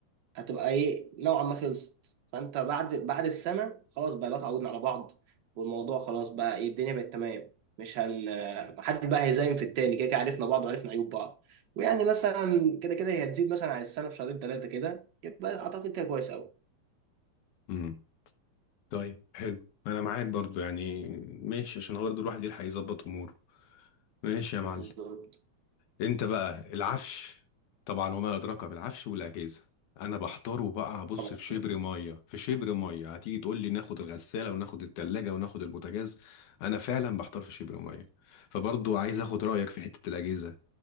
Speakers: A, on the right; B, on the left.
A: هتبقى ايه نوعا ما خلصت فانت بعد بعد السنه خلاص بقى لو اتعودنا على بعض والموضوع خلاص بقى ايه الدنيا بقت تمام مش هن محد بقى هيزايم في التاني كده كده عرفنا بعض وعرفنا عيوب بعض ويعني مثلا كده كده هي هتزيد مثلا عن السنه بشهرين ثلاثه كده يبقى اعتقد كده كويس قوي
B: ايه؟ طيب حلو انا معاك برضو يعني ماشي عشان هو برضو الواحد يلحق يظبط اموره ماشي يا معلم
A: بالظبط
B: انت بقى العفش طبعا وما ادراك بالعفش والاجهزه انا بحضره بقى ابص
A: طبعا
B: في شبر ميه في شبر ميه هتيجي تقول لي ناخد الغساله وناخد التلاجة وناخد البوتاجاز انا فعلا بحتار في شبر ميه فبرضو عايز اخد رايك في حته الاجهزه